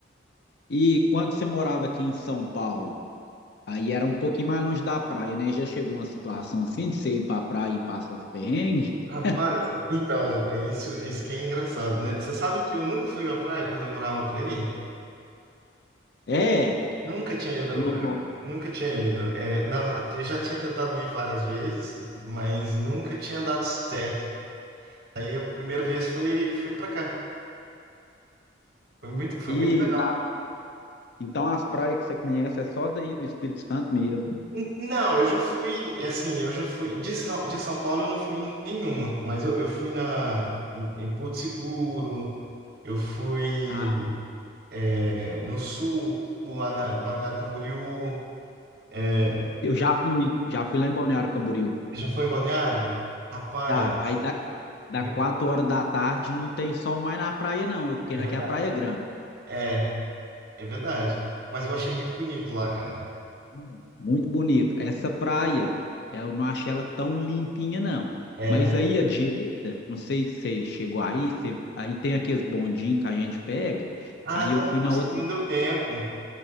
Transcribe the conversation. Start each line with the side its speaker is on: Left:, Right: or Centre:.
Left: E quando você morava aqui em São Paulo, aí era um pouquinho mais longe da praia, né? Já chegou uma situação assim de você ir pra praia e passar uns perrengues? <laughs>
Right: Rapaz, então, é isso, isso que é engraçado, né? Você sabe que eu nunca fui à praia quando eu morava por aí?
Left: É,
Right: Nunca tinha ido,
Left: no...
Right: nunca tinha ido. É, na- eu já tinha tentado ir várias vezes, mas nunca tinha dado certo. Aí a primeira vez foi, foi para cá. Foi muito, foi
Left: E
Right: muito legal.
Left: na- então as praias que você conhece é só daí do Espírito Santo mesmo.
Right: N- Não, eu já fui, é assim, eu já fui. De São, de São Paulo eu não fui em nenhuma, mas eu, eu fui na, em, em Porto Seguro, eu fui
Left: Ah,
Right: é, no sul, lá na, em Balneário Camboriú. É,
Left: eu já fui, já fui lá em Balneário Camboriú.
Right: já foi em Balneário? Rapaz,
Left: Já, aí da, da
Right: muito,
Left: quatro horas da tarde não tem sol mais na praia, não. Eu fiquei
Right: é
Left: naquela
Right: verdade.
Left: praia grande.
Right: é É verdade. Mas eu achei muito bonito lá, cara.
Left: Hum, Muito bonita. Essa praia, eu não achei ela tão limpinha, não.
Right: É,
Left: Mas
Right: né?
Left: aí à direita, não sei se você chegou aí, você- aí tem aqueles bondinhos que a gente pega.
Right: Ah,
Left: Aí
Right: não
Left: eu fui
Right: consegui,
Left: na outra.
Right: não deu tempo.